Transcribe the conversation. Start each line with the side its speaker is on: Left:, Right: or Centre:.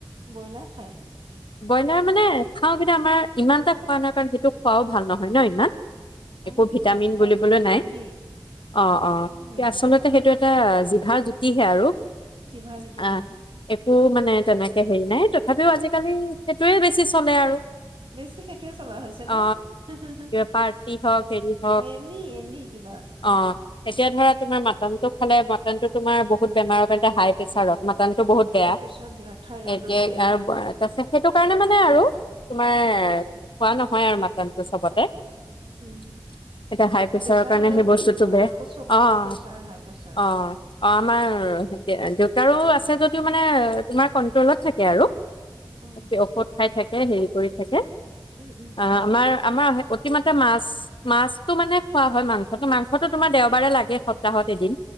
Right: ব্ৰইলাৰ খায়?
Left: ব্ৰইলাৰ মানে খাওঁ কিন্তু আমাৰ ইমান এটা খোৱা নাযাই কিন্তু খোৱাও ভাল নহয় ন ইমান?
Right: আমাৰ
Left: একো
Right: কিন্তু
Left: ভিটামিন
Right: নাখায়
Left: বুলিবলৈ
Right: কোনেও
Left: নাই
Right: নানেই
Left: অ', অ',
Right: পিংক ব্ৰইলাৰটো
Left: কিন্তু আচলতে সেইটো এটা জি জিভাৰ জুতিহে আৰু।
Right: জিভাৰ জুতি
Left: আহ
Right: অ'।
Left: একো মানে তেনেকে হেৰি নাই। তথাপিও আজিকালি সেইটোৱে বেছি চলে আৰু।।
Right: বেছি সেইটোৱে চলা হৈছে
Left: অ
Right: ন হে হে
Left: পাৰ্টি হওক হেৰি হওক
Right: এনেই এনেই কিবা
Left: অ
Right: উ।
Left: এতিয়া ধৰা তোমাৰ মাটনটো খালে মটনো তোমাৰ বহুত বেমাৰৰ বেয়া হাই প্ৰেছাৰত।। মাটনতটো বহুত বেয়া
Right: হাই প্ৰেছাৰত বেয়া থাইৰইডত
Left: এতিয়া
Right: বেয়া
Left: তাৰ সেইটো কাৰণে মানে আৰু।। তোমাৰ খোৱা নহয় আৰু মাটনটো চবতে। এতিয়া
Right: উম
Left: হাই প্ৰেচাৰৰ
Right: প্ৰেছাৰ
Left: কাৰণে
Right: জম
Left: সেই বস্তুতটো
Right: কিন্তু
Left: বেয়া
Right: আমাৰ আকৌ চবৰে
Left: অ অ
Right: প্ৰেছাৰ হাই প্ৰেছাৰ
Left: অ আমাৰ দেউ দেউতাৰো আছে। <unintelligible> যিদও মানে তোমাৰ কন্ট্ৰোলত থাকে আৰু
Right: অ
Left: অকে ঔষধ খাই থাক <inaudible> কৰি থাকে
Right: উম উম
Left: আ
Right: উম
Left: আমাৰ আমাৰ <unintelligible> <unintelligible> মাছ মাছটো মানে খোৱা হয় মাংসটো মাংসটো তোমাৰ দেওবাৰে লাগে সপ্তাহত এদিন